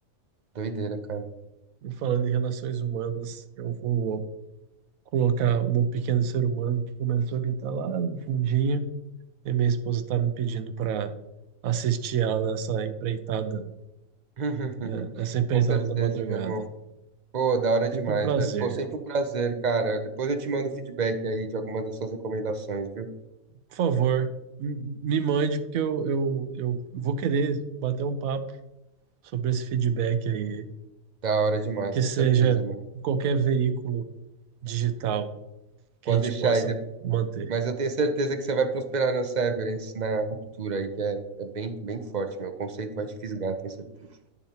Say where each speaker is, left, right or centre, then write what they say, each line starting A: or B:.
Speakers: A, on the right; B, on the right.
A: Doideira, cara.
B: E Falando em relações humanas, eu vou colocar o meu pequeno ser humano que começou a gritar lá no fundinho, e minha esposa está me pedindo para assistir ela nessa empreitada,
A: <laughs>
B: eh, essa empreitada
A: Com certeza,
B: da madrugada.
A: meu irmão. Pô, da hora demais,
B: Sempre um prazer.
A: velho. Pô, sempre um prazer, cara. Depois eu te mando feedback aí de algumas das suas recomendações, viu?
B: Por favor, m- me mande, porque eu, eu, eu vou querer bater um papo sobre esse feedback aí,
A: Da hora demais,
B: que
A: com
B: seja
A: certeza, mano.
B: em qualquer veículo digital que
A: Pode
B: a gente
A: deixar
B: possa
A: aí.
B: manter.
A: Mas eu tenho certeza que você vai prosperar na Severance, na ruptura aí, que é, é bem, bem forte, meu. O conceito vai te fisgar, tenho certeza.